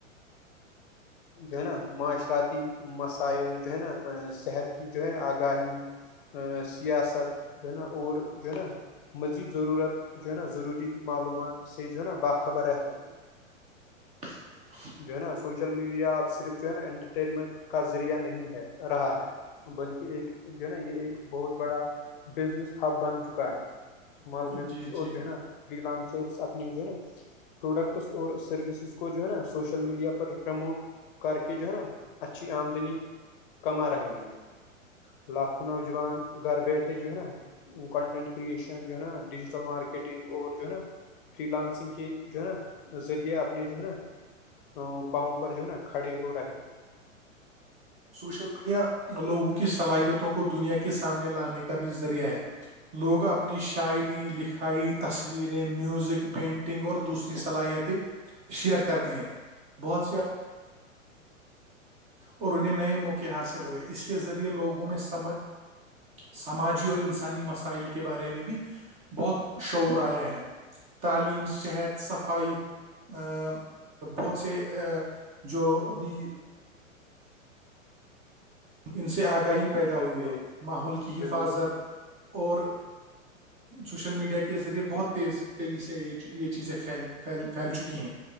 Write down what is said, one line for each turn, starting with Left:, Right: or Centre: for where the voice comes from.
Right: <unintelligible>
Left: جو ہے نا معاشراتتی مسائل جو ہے نا صحت کی جو ہے آگاہی سیاست جو ہے نا اور جو ہے نا مزید ضرورت جو ہے نا ضروری معلومات سے جو ہے نا باخبر رہتے ہیں
Right: <unintelligible>
Left: جو ہے نا سوشل میڈیا اب صرف جو ہے نا انٹرٹینمنٹ کا ذریعہ نہیں ہے رہا ہے بلکہ ایک جو ہے نا یہ ایک بہت بڑا بزنس ہب بن چکا ہے اسمال بزنس
Right: جی جی
Left: اور جو ہے نا فری لانسرس اپنے جو ہے نا پروڈکٹس اور سروسز کو جو ہے نا سوشل میڈیا پر پرموٹ کر کے جو ہے نا اچھی آمدنی کما رہے ہیں لاکھوں نوجوان گھر بیٹھے جو ہے نا کنٹینٹ کریشن جو ہے نا ڈیجیٹل مارکیٹنگ اور جو ہے نا فری لانسنگ کے جو ہے نا ذریعے اپنے جو ہے نا ا پاؤں پر جو ہے نا کھڑے ہو رہے
Right: سوشل میڈیا لوگوں کی صلاحیتوں کو دنیا کے سامنے لانے کا بھی ذریعہ ہے لوگ اپنی شاعری لکھائی تصویریں میوزک پینٹنگ اور دوسری صلاحیتیں شیئر کرتے ہیں بہت سی آ اور انہیں نئے موقع حاصل ہوئے اس کے ذریعے لوگوں میں سمجھ سماجی اور انسانی مسائل کے بارے میں بھی بہت شعور آیا ہے تعلیم صحت صفائی ا بہت سے ا جو ابھی ان سے آگاہی پیدا ہوئی
Left: بالکل
Right: ہے ماحول کی حفاظت
Left: بالکل
Right: اور سوشل میڈیا کے ذریعے بہت تیز تیزی سے یہ چیزیں پھیھیل پھیل چکی ہیں